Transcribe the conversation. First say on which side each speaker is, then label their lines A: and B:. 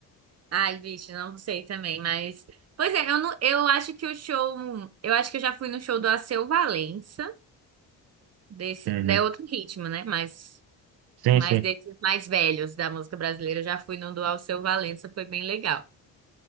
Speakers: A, on the right; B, on the right.
A: Ai, bicho, não sei também, mas. Pois é, eu, não, eu acho que o show. Eu acho que eu já fui no show do Alceu Valença, desse.
B: Uhum.
A: né, É outro ritmo, né? Mas,
B: Sim,
A: mas
B: sim.
A: desses mais velhos da música brasileira, eu já fui no do Alceu Valença, foi bem legal.